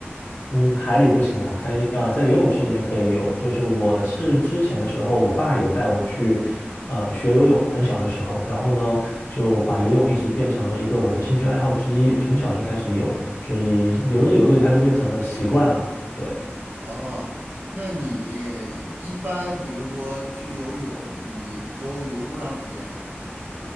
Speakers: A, on the left (about 65°); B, on the right (about 60°).
A: 嗯，海里不行啦，可以呃，在游泳池里面可以游。就是我是之前的时候，我爸有带我去呃学游泳，很小的时候，然后呢就把游泳一直变成了一个我的兴趣爱好之一，从小就开始游，所以游着游着它就变成了习惯了。对。
B: 哦，那你一般比如说去游泳，你都游多长时间？